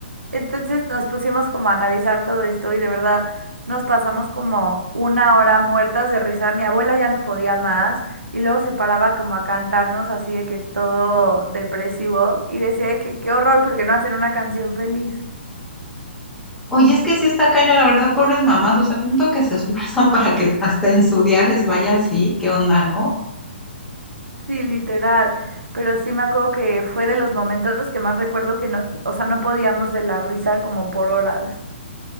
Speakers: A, on the right; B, in the centre.
A: entonces nos pusimos como a analizar todo esto y de verdad nos pasamos como una hora muertas de risa. Mi abuela ya no podía más y luego se paraba como a cantarnos así de que todo depresivo y decía de que qué horror porque no hacer una canción feliz.
B: Oye, es que sí está cañón, la verdad, pobres mamás, o sea, siento que se esfuerzan <laughs> para que hasta en su día les vaya así, ¿qué onda, no?
A: Sí, literal. Pero sí me acuerdo que fue de los momentos que más recuerdo que no, o sea, no podíamos de la risa como por horas.